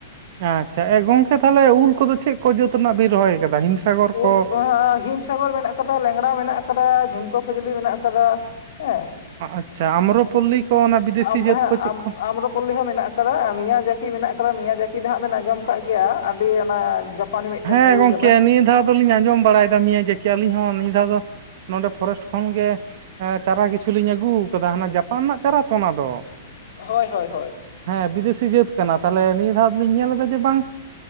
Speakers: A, on the right (about 45°); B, on the left (about 60°).
A: ᱟᱪᱪᱷᱟ, ᱮ ᱜᱚᱝᱠᱮ ᱛᱟᱦᱚᱞᱮ ᱩᱞ ᱠᱚᱫᱚ ᱪᱮᱫ ᱠᱚ ᱡᱟᱹᱛ ᱨᱮᱱᱟᱜ ᱵᱤᱱ ᱨᱚᱦᱚᱭ ᱟᱠᱟᱫᱟ ᱦᱤᱢᱥᱟᱜᱚᱨ
B: ᱩᱞ
A: ᱠᱚ
B: ᱫᱚ ᱦᱟᱸᱜ ᱦᱤᱢᱥᱟᱜᱚᱨ ᱢᱮᱱᱟᱜ ᱠᱟᱫᱟ, ᱞᱮᱝᱲᱟ ᱢᱮᱱᱟᱜ ᱠᱟᱫᱟ, ᱡᱷᱩᱢᱠᱟᱹ ᱯᱷᱟᱹᱡᱽᱞᱤ ᱢᱮᱱᱟᱜ ᱠᱟᱫᱟ, ᱦᱮᱸ
A: ᱟᱪᱪᱷᱟ ᱟᱢᱨᱚᱯᱚᱞᱞᱤ ᱠᱚ ᱚᱱᱟ ᱵᱤᱫᱮᱥᱤ
B: ᱚ
A: ᱡᱟᱹᱛ
B: ᱦᱮᱸ
A: ᱠᱚ ᱪᱮᱫ ᱠᱚ
B: ᱟᱢᱨᱚ ᱯᱚᱞᱞᱤ ᱦᱚᱸ ᱢᱮᱱᱟᱜ-ᱟ, ᱠᱟᱫᱟ ᱢᱤᱭᱟ ᱡᱟᱹᱠᱤ ᱢᱮᱱᱟᱜ ᱟᱠᱟᱫᱟ ᱢᱮᱭᱟ ᱡᱟᱹᱠᱤ ᱫᱚ ᱦᱟᱸᱜ ᱵᱮᱱ ᱟᱸᱡᱚᱢ ᱠᱟᱜ ᱜᱮᱭᱟ ᱟᱹᱰᱤ ᱚᱱᱟ ᱡᱚ ᱚᱱᱮ ᱢᱤᱫᱴᱮᱱ
A: ᱦᱮᱸ
B: ᱩᱞ
A: ᱜᱚᱝᱠᱮ
B: ᱠᱟᱱᱟ
A: ᱱᱤᱭᱟᱹ ᱫᱷᱟᱣ ᱫᱚᱞᱤᱧ ᱟᱸᱡᱚᱢ ᱵᱟᱲᱟᱭ ᱫᱟ ᱢᱤᱭᱟ ᱡᱟᱹᱠᱤ ᱟᱹᱞᱤᱧ ᱦᱚᱸ ᱱᱤᱭᱟᱹ ᱫᱷᱟᱣ ᱫᱚ ᱱᱚᱰᱮ ᱯᱷᱚᱨᱮᱥᱴ ᱠᱷᱚᱱ ᱜᱮ ᱪᱟᱨᱟ ᱠᱤᱪᱷᱩ ᱞᱤᱧ ᱟᱹᱜᱩᱣ ᱠᱟᱫᱟ ᱦᱟᱱᱟ ᱡᱟᱯᱟᱱ ᱱᱟᱜ ᱪᱟᱨᱟ ᱛᱚ ᱚᱱᱟ ᱫᱚ
B: ᱦᱳᱭ ᱦᱳᱭ ᱦᱳᱭ
A: ᱦᱮᱸ ᱵᱤᱫᱮᱥᱤ ᱡᱟᱹᱛ ᱠᱟᱱᱟ ᱛᱟᱦᱞᱮ ᱱᱤᱭᱟᱹ ᱫᱷᱟᱣ ᱫᱚᱞᱤᱧ ᱧᱮᱞ ᱫᱟ ᱡᱮ ᱵᱟᱝ